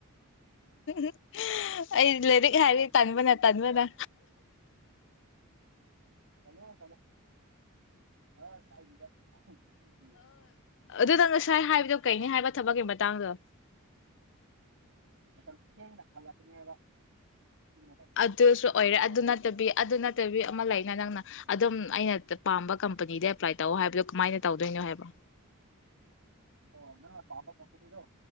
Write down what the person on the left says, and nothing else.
<inaudible> ꯑꯩ ꯂꯥꯏꯔꯤꯛ ꯍꯥꯏꯔꯤ ꯇꯟꯥꯟꯕꯅ ꯇꯟꯥꯟꯕꯅ
ꯑꯗꯨꯗꯪ ꯉꯁꯥꯏ ꯍꯥꯏꯕꯗꯣ ꯀꯩꯅꯤ ꯍꯥꯏꯕ ꯊꯕꯛꯀꯤ ꯃꯇꯥꯡꯗꯣ
ꯑꯗꯨꯁꯨ ꯑꯣꯏꯔꯦ
ꯑꯗꯨ ꯅꯠꯇꯕꯤ
ꯑꯗꯨ ꯅꯠꯇꯕꯤ ꯑꯃ ꯂꯩꯅ ꯅꯪꯅ ꯑꯗꯨꯝ ꯑꯩꯅ ꯄꯥꯝꯕ ꯀꯝꯄꯅꯤꯗ ꯑꯦꯄ꯭ꯂꯥꯏ ꯇꯧ ꯍꯥꯏꯕꯗꯣ ꯀꯃꯥꯏꯅ ꯇꯧꯗꯣꯏꯅꯣ ꯍꯥꯏꯕ